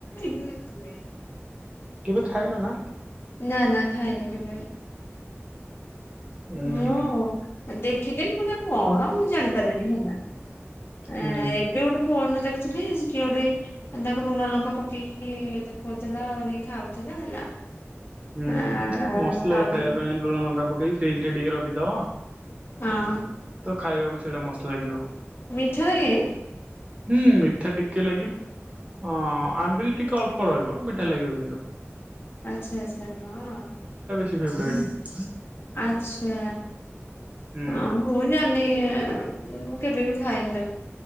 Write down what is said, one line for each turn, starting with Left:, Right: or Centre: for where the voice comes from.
Left: <unintelligible>
Right: କେବେ ଖାଇନ ନା?
Left: ନା ନା ଖାଇନି କେବେ।
Right: ହୁଁ
Left: ମୁଁ
Right: ହୁଁ
Left: ଦେଖିଥିବି ପୁଣି କଣ ମୁଁ ଜାଣିପାରେନି ହେଲା। ଆଁ
Right: ହୁଁ।
Left: ଏବେ ଗୋଟେ ଫୋନ ଦେଖୁଥିଲି ସେ କିଏ ଗୋଟେ ତାକୁ ଲୁଣ ଲଙ୍କା ପକେଇକି ଦେଖଉଥିଲା ଭାରି ଖାଉଥିଲା ହେଲା।
Right: ହୁଁ
Left: ଆ
Right: ମସ୍ତ
Left: ତାପରେ
Right: ଲାଗେ ଖାଇବା ପାଇଁ ଲୁଣ ଲଙ୍କା ପକେଇକି। ଫ୍ରିଜ୍ ରେ ଟିକେ ରଖିଦେବ।
Left: ହଁ।
Right: ଖାଇବାକୁ ସେଇଟା ମସ୍ତ ଲାଗିବ।
Left: ମିଠା ଲାଗେ?
Right: ହୁଁ ମିଠା ଟିକେ ଲାଗିବ ଅ ଆମ୍ବିଲ ଟିକେ ଅଳ୍ପ ରହିବ ମିଠା ଲାଗିବ କିନ୍ତୁ।
Left: ଆଛା ଆଚ୍ଛା ହଁ।
Right: ଫେଭରାଇଟି।
Left: ଆଚ୍ଛା।
Right: ହୁଁ।
Left: ଆଁ ମୁଁ ଜାଣି କେବେ ବି ଖାଏନି ତାକୁ